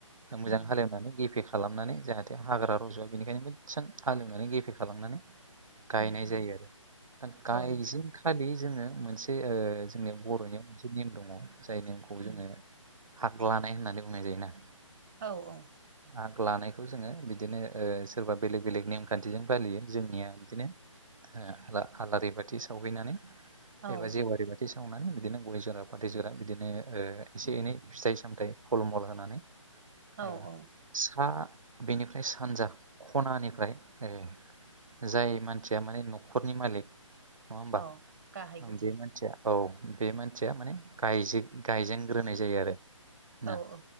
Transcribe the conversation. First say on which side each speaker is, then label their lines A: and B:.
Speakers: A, on the right; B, on the right.
A: उम
B: मोजां हालेवनानै गेफेखा खालामनानै जाहाथे हाग्रा रज'वा बेनिखायनो मोजां हालेवनानै गेफे खालामनानै गायनाय
A: उम
B: जायो
A: उम
B: आरो दा गायजेन
A: औ नोंथां
B: खालि जोङो मोनसे ओ जोंनि बर'नियाव मोनसे नेम दङ जाय नेमखौ जोङो
A: उम
B: हाग लानाय होननानै बुंनाय जायोना
A: औ औ
B: आग लानायखौ जोङो बिदिनो ओ सोरबा बेलेग बेलेग नेमखान्थिजों फालियो जोंनिया बिदिनो ओ आला आलारि बाथि सावहैनानै
A: औ
B: एबा जेवारि बाथि सावनानै बिदिनो गय जरा फाथै जरा बिदिनो ओ एसे एनै फिथाइ सामथाइ फल मल होनानै ओ
A: औ औ
B: सा बेनिफ्राय सानजा खनानिफ्राय ओ जाय मानसिया माने न'खरनि मालिक नङा होमबा
A: औ गाहाय गुदि
B: बे मानसिया औ बे मानसिया माने गाजे गायजेनग्रोनाय जायो आरो। ना
A: औ औ